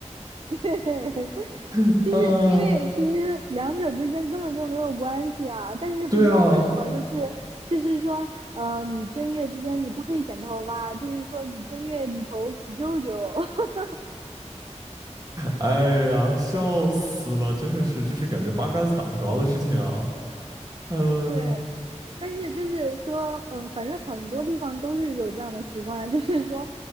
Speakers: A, on the right; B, on the right.
A: <laughs>
B: 嗯、
A: 就是因为其实两者之间根本就没有关系啊，
B: 呃
A: 但是不知道为什么，
B: 对啊，
A: 就是就是说，呃，你正月之间你不可以剪头发，就是说你正月里头死舅舅，<laughs>
B: 哎呀，笑死了！真的是，就是感觉八竿子打不着的事情啊。嗯、
A: 对。但是就是说，嗯，呃反正很多地方都是有这样的习惯，就是说，